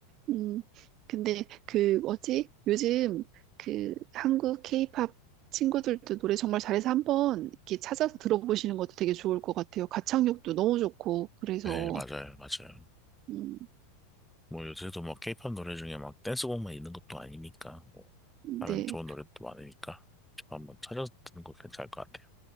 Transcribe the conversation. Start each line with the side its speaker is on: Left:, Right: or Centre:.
Right: 음, 근데 그, 뭐지? 요즘 그 한국 케이팝 친구들도 노래 정말 잘해서 한번 이렇게 찾아서 들어보시는 것도 되게 좋을 것 같아요. 가창력도 너무 좋고, 그래서,
Centre: 네, 맞아요, 맞아요.
Right: 음,
Centre: 뭐 요새도 뭐 케이팝 노래 중에 막 댄스곡만 있는 것도 아니니까 뭐 다른
Right: 네.
Centre: 좋은 노래도 많으니까 한번 찾아서 듣는 거 괜찮을 것 같아요.